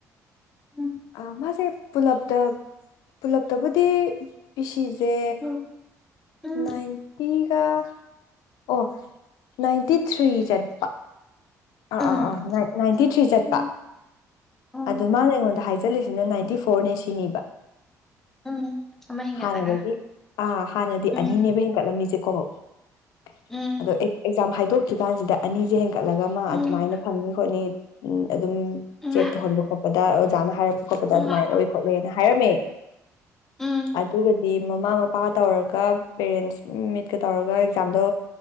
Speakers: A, in the centre; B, on the left.
A: ꯎꯝ
B: ꯑ ꯃꯥꯁꯦ ꯄꯨꯂꯞꯇ ꯄꯨꯂꯞꯇꯕꯨꯗꯤ ꯄꯤ ꯁꯤꯁꯦ
A: ꯎꯝ ꯎꯝ
B: ꯅꯥꯏꯟ ꯇꯤꯒ ꯑꯣ ꯅꯥꯏꯟꯇꯤ ꯊ꯭ꯔꯤ ꯆꯠꯄ ꯑꯥ
A: ꯎꯝ
B: ꯑꯥ ꯑꯥ ꯅꯥꯏꯟꯇꯤ ꯊ꯭ꯔꯤ ꯆꯠꯄ
A: ꯎꯝ ꯎꯝ
B: ꯑꯗ ꯃꯥꯅ ꯑꯩꯉꯣꯟꯗ ꯍꯥꯏꯖꯜꯂꯤꯁꯤꯅ ꯅꯥꯏꯟꯇꯤ ꯐꯣꯔꯅꯦ ꯁꯤꯅꯤꯕ
A: ꯎꯝ ꯑꯃ ꯍꯦꯟꯒꯠꯂꯒ
B: ꯍꯥꯟꯅꯗꯒꯤ ꯑ ꯍꯥꯟꯅꯗꯤ
A: ꯎꯝ
B: ꯑꯅꯤꯅꯦꯕ ꯍꯦꯟꯒꯠꯂꯝꯃꯤꯁꯦꯀꯣ ꯑꯗꯣ
A: ꯎꯝ
B: ꯑꯦꯛꯖꯥꯝ ꯍꯥꯏꯗꯣꯛꯇ꯭ꯔꯤ ꯀꯥꯟꯁꯤꯗ ꯑꯅꯤꯁꯦ ꯍꯦꯟꯒꯠ ꯑꯃ
A: ꯎꯝ
B: ꯑꯗꯨꯃꯥꯏꯅ ꯐꯪꯅꯤ ꯈꯣꯠꯅꯤ ꯎ ꯑꯗꯨꯝ
A: ꯎꯝ
B: ꯆꯦꯛ ꯇꯧꯍꯟꯕ ꯈꯣꯠꯄꯗ ꯑꯣꯖꯥꯅ ꯍꯥꯏꯔꯛꯄ ꯈꯣꯠꯄꯗ
A: ꯎꯝ
B: ꯑꯗꯨꯃꯥꯏꯅ ꯑꯣꯏ ꯈꯣꯠꯂꯦꯅ ꯍꯥꯏꯔꯝꯃꯦ
A: ꯎꯝ
B: ꯑꯗꯨꯒꯗꯤ ꯃꯃꯥ ꯃꯄꯥ ꯇꯧꯔꯒ ꯄꯦꯔꯦꯟꯁ ꯃꯤꯠꯀ ꯇꯧꯔꯒ ꯑꯦꯛꯖꯥꯝꯗꯣ